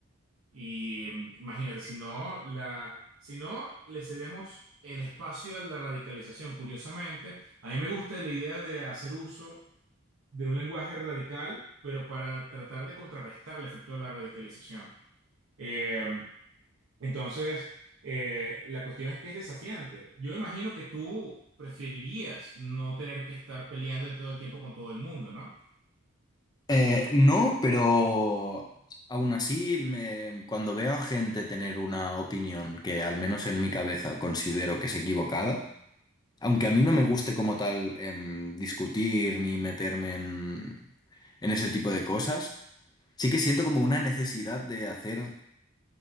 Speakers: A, on the right (about 75°); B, on the left (about 20°).
A: Y mm, imagínate, si no, la, si no le cedemos el espacio a la radicalización, curiosamente, a mí me gusta la idea de hacer uso de un lenguaje radical, pero para tratar de contrarrestar el efecto de la radicalización. Eh, entonces, eh, la cuestión es que es desafiante. Yo imagino que tú preferirías no tener que estar peleándote todo el tiempo con todo el mundo, ¿no?
B: Eh, no, pero aún así, me- cuando veo a gente tener una opinión que al menos en mi cabeza considero que es equivocada, Aunque a mí no me guste como tal em, discutir ni meterme en, en ese tipo de cosas, sí que siento como una necesidad de hacer,